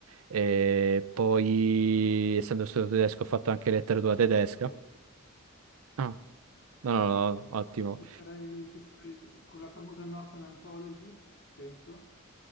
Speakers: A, on the right; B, on the left.
A: E poi, essendo studiato tedesco,
B: Ah,
A: ho fatto anche letteratura
B: esame
A: tedesca.
B: che ho fatto io.
A: Ah, no, no, no, ottimo.
B: Ti sarei, ti sarei con la famosa Northern Anthology, penso.